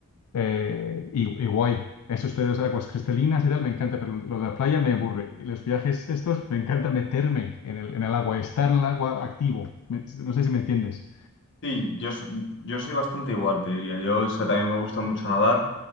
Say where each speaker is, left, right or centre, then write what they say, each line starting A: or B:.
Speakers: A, on the left; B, on the left.
A: Eh, y, y guay. Eso ustedes de aguas cristalinas y tal, me encanta, pero lo de la playa me aburre. Y los viajes estos, me encanta meterme en el, en el agua, estar en el agua activo. Me- no sé si me entiendes.
B: Sí, yo, s- yo soy bastante igual, te diría. Yo o sea, también me gusta mucho nadar